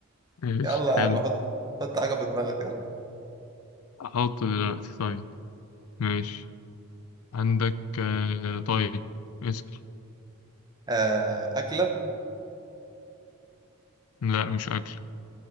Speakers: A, on the left (about 75°); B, on the right (about 15°).
A: ماشي
B: يلا
A: حلو
B: يا عم حط حط حاجة في دماغك يلا
A: احطه دلوقتي طيب ماشي عندك آه، طيب اسأل
B: آه أكلة
A: لا مش اكل